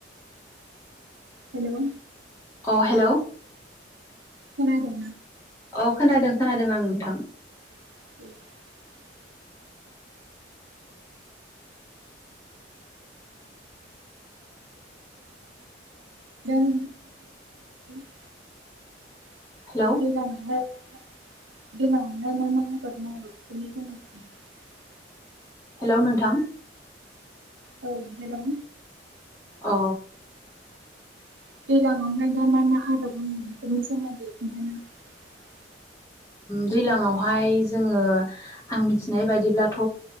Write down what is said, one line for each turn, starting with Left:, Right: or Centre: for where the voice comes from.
Right: हेल
Left: अ हेल
Right: खोनादों
Left: अ खोनादों खोनादों आं नोंथां
Right: <inaudible> जों <inaudible> <unintelligible>
Left: हेलौ
Right: <inaudible>
Left: हेल नोंथां
Right: औ हेलौ
Left: अ
Right: <unintelligible>
Left: दैज्लांआव हाय जोङो आं मिथिनाय बायदिब्लाथ